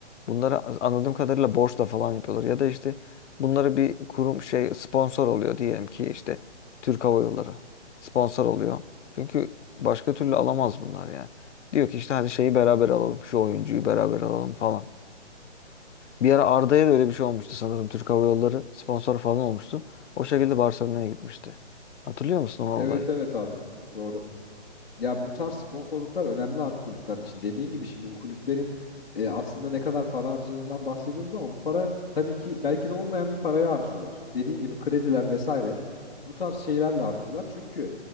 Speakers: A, on the left; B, on the left.
A: Bunları anladığım kadarıyla borçla falan yapıyorlar. Ya da işte bunları bir kurum şey sponsor oluyor diyelim ki işte Türk Hava Yolları sponsor oluyor. Çünkü başka türlü alamaz bunlar yani. Diyor ki işte hadi şeyi beraber alalım, şu oyuncuyu beraber alalım falan. Bir ara Arda'ya da öyle bir şey olmuştu sanırım. Türk Hava Yolları sponsor falan olmuştu. O şekilde Barcelona'ya gitmişti. Hatırlıyor musun o olayı?
B: Evet evet abi doğru. Ya bu tarz sponsorluklar önemli abi kulüpler için. Dediğin gibi şimdi bu kulüplerin e, aslında ne kadar para harcadığından bahsediyoruz ama bu para tabii ki belki de olmayan bir parayı harcıyorlar. Dediğin gibi krediler vesaire bu tarz şeylerle harcıyorlar. Çünkü